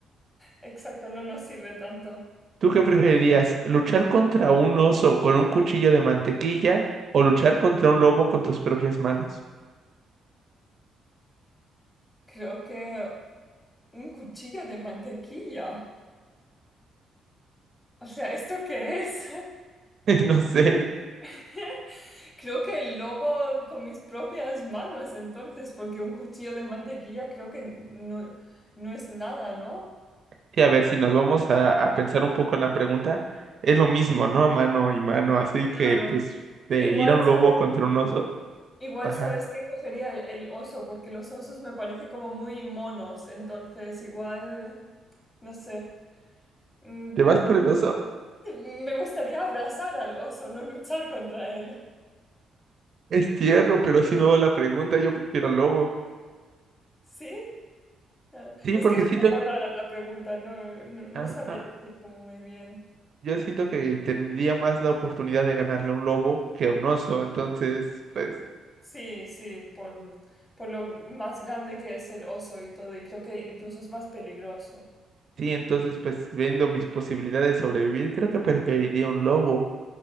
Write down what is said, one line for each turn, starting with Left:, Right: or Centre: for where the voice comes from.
Left: Exacto, no nos sirve tanto.
Right: ¿tú qué preferirías? ¿Luchar contra un oso con un cuchillo de mantequilla o luchar contra un lobo con tus propias manos?
Left: Creo que un cuchillo de mantequilla. O sea, ¿esto qué es?
Right: <laughs> No sé,
Left: <laughs> Creo que el lobo con mis propias manos, entonces, porque un cuchillo de mantequilla creo que no, no es nada, ¿no?
Right: sí, a ver, si nos vamos a, a pensar un poco en la pregunta, es lo mismo, ¿no? Mano y mano, así
Left: Claro.
Right: que pues de
Left: Igual,
Right: ir a un
Left: ¿sabes?
Right: lobo contra un oso,
Left: Igual
Right: ajá,
Left: sabes que cogería el, el oso, porque los osos me parecen como muy monos, entonces igual, no sé, Mm,
Right: ¿te vas
Left: mm,
Right: por el oso?
Left: me gustaría abrazar al oso, no luchar contra él.
Right: Es tierno, pero si no va la pregunta, yo prefiero al lobo.
Left: ¿Sí? Ah,
Right: Sí,
Left: Es
Right: porque
Left: que es un
Right: siento,
Left: poco rara la pregunta, no, no, no
Right: ajá,
Left: sabría decir como muy bien.
Right: yo siento que tendría más la oportunidad de ganarle a un lobo que a un oso. Entonces, pues,
Left: Sí, sí, por, por lo más grande que es el oso y todo, y creo que incluso es más peligroso.
Right: sí, entonces, pues, viendo mis posibilidades de sobrevivir, creo que preferiría un lobo.